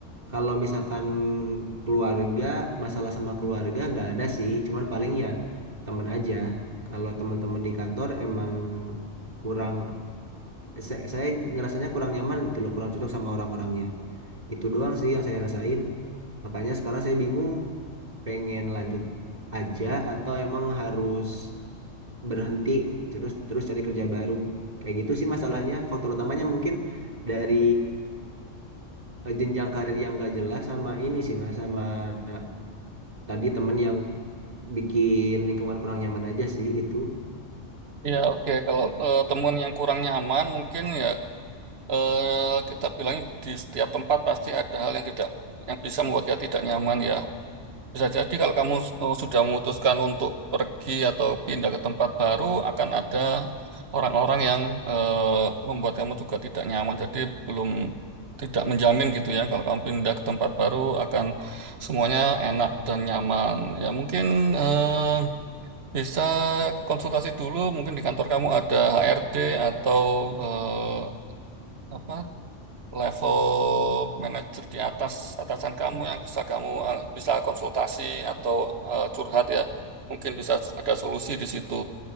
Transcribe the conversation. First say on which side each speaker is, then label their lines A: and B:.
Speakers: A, on the right; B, on the right.
A: Kalau misalkan keluarga, masalah sama keluarga gak ada sih, cuman paling ya temen aja. Kalau teman-teman di kantor emang kurang saya, saya ngerasanya kurang nyaman gitu loh, kurang cocok sama orang-orangnya. Itu doang sih yang saya rasain. Makanya sekarang saya bingung pengen lanjut aja atau emang harus berhenti terus terus cari kerja baru. Kayak gitu sih masalahnya. Faktor utamanya mungkin dari eh, jenjang karir yang gak jelas sama ini sih Mas, sama eh, tadi temen yang bikin lingkungan kurang nyaman aja sih itu.
B: Ya, oke. Kalau eh, temuan yang kurang nyaman, mungkin ya eh, kita bilang di setiap tempat pasti ada hal yang tidak yang bisa membuat kita tidak nyaman ya. Bisa jadi kalau kamu eh, sudah memutuskan untuk pergi atau pindah ke tempat baru, akan ada orang-orang yang eh, membuat kamu juga tidak nyaman. Jadi belum tidak menjamin gitu ya. Kalau kamu pindah ke tempat baru, akan semuanya enak dan nyaman. Ya mungkin eh, bisa konsultasi dulu. Mungkin di kantor kamu ada HRD atau eh, apa level manajer di atas atasan kamu yang bisa kamu eh, bisa konsultasi atau eh, curhat ya. Mungkin bisa ada solusi di situ.